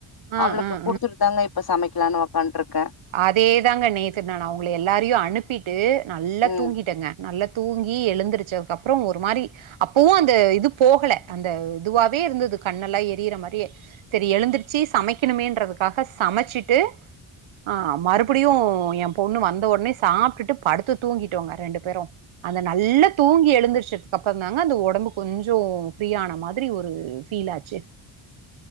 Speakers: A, on the right; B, on the left.
A: ம்
B: அவளுக்கு
A: ம்
B: கொடுத்துட்டு தாங்க இப் இப்ப சமைக்கலான் உக்காண்ட் இருக்கே
A: அதே தாங்க நேத்து நா அவங்கள எல்லாரையு அனுப்பிட்டு நல்லா
B: ம்.
A: தூங்கிட்டங்க நல்லா தூங்கி எழுந்திருசகப்பறோ ஒரு மாரி அப்பவு அந்த இது போகல அந்த இதுவாவே இருந்துது கண்ணெல்லா எரியிற மாரியே செரி எழுந்திருச்சு சமைக்கணுமேன்றதுக்காக சமைச்சிட்டு ஆஹ் மறுபடியு என் பொண்ணு வந்த உடனே சாப்ட்டுட்டு படுத்து தூங்கிட்டோங்க ரெண்டு பேரும் அந்த நல்லா தூங்கி எழுந்தருச்சதுக்கு அப்பறோ தாங்க அந்த உடம்பு கொஞ்சோ ஃப்ரீய ஆன மாதிரி ஒரு ஃபீல்லாச்சு